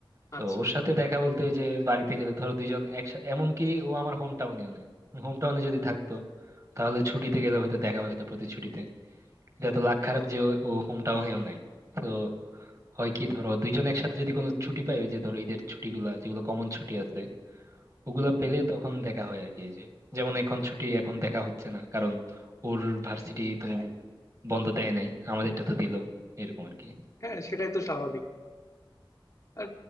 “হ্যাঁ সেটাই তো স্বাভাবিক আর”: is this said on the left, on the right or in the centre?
Left